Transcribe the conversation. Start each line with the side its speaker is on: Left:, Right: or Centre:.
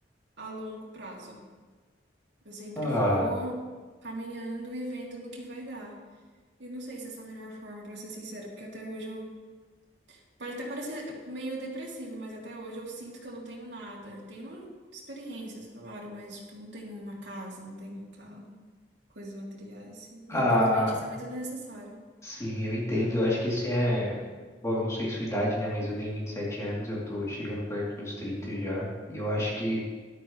Right: a, a longo prazo. Eu sempre
Left: Ah,
Right: vou caminhando e vendo no que vai dar. E não sei se essa é a melhor forma, pra ser sincera, porque até hoje eu. Pode até parecer meio depressivo, mas até hoje eu sinto que eu não tenho nada. Tenho experiências, claro, mas tipo, não tenho uma casa, não tenho um carro, coisas materiais. E,
Left: ah,
Right: infelizmente, isso é muito necessário.
Left: sim, eu entendo. Eu acho que esse é. Bom, eu não sei sua idade, né? Mas eu tenho 27 anos, eu tô chegando perto dos 30 já. E eu acho que,